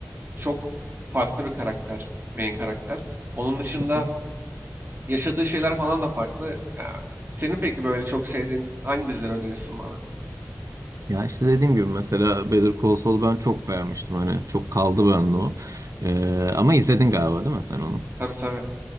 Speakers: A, on the right; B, on the right.
A: Çok farklı bir karakter. Main karakter. Onun dışında
B: hı.
A: yaşadığı şeyler falan da farklı. Ya, senin peki böyle çok sevdiğin hangi dizileri önerirsin bana?
B: Ya işte dediğim gibi mesela Better Call Saul ben çok beğenmiştim hani çok kaldı bende o. Ee, ama izledin galiba değil mi sen onu?
A: Tabii tabii.